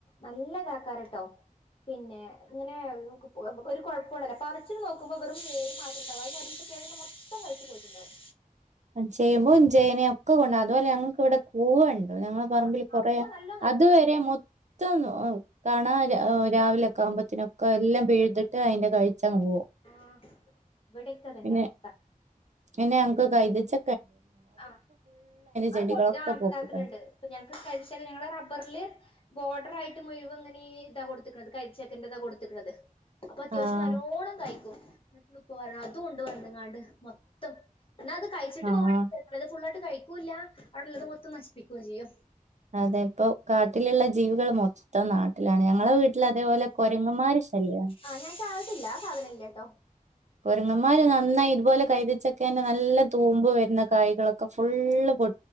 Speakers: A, on the left; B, on the right.
A: നല്ല ഇതാക്കാരാട്ടോ. പിന്നെ ഇങ്ങനെ ഒരു കുഴപ്പാണ് ലോ പറച്ച് നോക്കുമ്പോ വെറും വേര് മാത്രം ഉണ്ടാവും <inaudible> <unintelligible> മൊത്തം കഴിച്ച് പോയിട്ടുണ്ടാവും.
B: ചേയ്മ്പും ചേനയും ഒക്കെ കൊണ്ട അതുപോലെ ഞങ്ങക്ക് ഇവിടെ കൂവണ് ഞങ്ങള് പറമ്പിൽ
A: ആഹ് ആഹ്
B: കൊറെ
A: പൂവ് നല്ലോം കഴിക്കും
B: അതുവരെ മൊത്തന്നു കാണാ രാവിലെ ഒക്കെ ആവുമ്പോത്തനൊക്കെ എല്ലാം പിഴ്തിട്ട് അതിന്റെ കഴിച്ചങ്ങ് പോവും.
A: ആഹ് ഇവിടൊക്കെ അതന്നെ
B: പിന്നെ
A: അസ്ഥ.
B: പിന്നെ ഞങ്ങക്ക് കൈതച്ച
A: ആഹ് അത്
B: ചെടികളൊക്കെ
A: പൊട്ട് ആഹ് <unintelligible>
B: പോക്കിക്കളഞ്ഞു
A: ണ്ട് ഇപ്പ ഞങ്ങക്ക് തരിശാണ് ഞങ്ങള് റബ്ബർല് ബോർഡർ ആയിട്ട് മുയുവൻ ഇങ്ങനേ ഇതാ കൊടുത്ത്ക്ക്ണത് കൈതച്ചക്കന്റെതാ കൊട്ത്ത്ക്ക്ണത്. അപ്പൊ അത്യാവശ്യം
B: ആഹ്
A: നല്ലോണം കായ്ക്കും ഇന്ന്ട്ട്ണ്ട് ഉപ്പ പറിണ് അതുംണ്ട് വന്ന്ങ്ങാണ്ട് മൊത്തം ഇന്നാ അത് കയിച്ചി്ട്ട്
B: ആഹ്
A: പോവാണെങ്കി കൊയപ്പല്ല. ഇത് ഫുള്ളായിട്ട് കഴിക്കൂല്ല അവടെള്ളത് മൊത്തം നശിപ്പിക്കും ചിയ്യും.
B: അതെ ഇപ്പോ കാട്ടില്ള്ള ജീവികൾ മൊത്തം നാ ട്ടിലാണ് ഞങ്ങളെ വീട്ടില് അതേപോലെ കൊരങ്ങമ്മാരെ ശല്യാണ്.
A: ആ ഞാൻ കാവത്തില്ല ആ സാധനം ഇല്ലട്ടോ
B: കൊരങ്ങമ്മാര് നന്നായി ഇതുപോലെ കൈതച്ചക്കെന്നെ നല്ല തൂമ്പ് വര്ന്ന കായ്കളൊക്കെ ഫുള്ള് പൊ